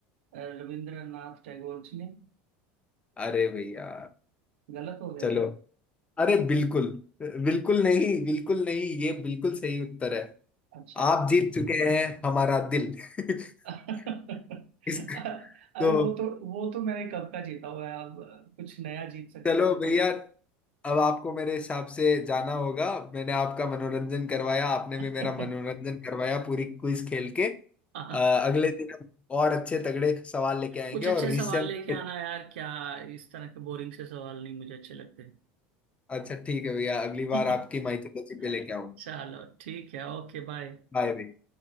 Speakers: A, on the right; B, on the left.
A: अ, रविंद्रनाथ टैगोर जी ने
B: अरे भैया
A: गलत हो गया
B: चलो
A: क्या
B: अरे बिल्कुल बिल्कुल नहीं बिल्कुल नहीं ये बिल्कुल सही उत्तर है
A: अच्छा
B: आप जीत चुके हैं हमारा दिल <laughs>
A: <laughs>
B: इस
A: अरे
B: तो
A: वो तो वो तो मैंने कब का जीता हुआ है अब अ, कुछ नया जीत सकते
B: चलो
A: थे
B: भैया
A: तो
B: अब आपको मेरे हिसाब से जाना होगा मैंने आपका मनोरंजन करवाया आपने
A: <laughs>
B: भी मेरा मनोरंजन करवाया पूरी क्विज खेल के
A: हाँ
B: अ, अगले दिन हम और अच्छे तगड़े सवाल लेके आएंगे
A: कुछ
B: और
A: अच्छे
B: रिसेंट
A: सवाल लेके आना यार क्या इस तरह के बोरिंग से सवाल नहीं मुझे अच्छे लगते
B: अच्छा ठीक है भैया अगली बार
A: <laughs>
B: आपकी माइथोलॉजी पे लेके आऊँ
A: चलो ठीक है ओके बाय
B: बाय भैया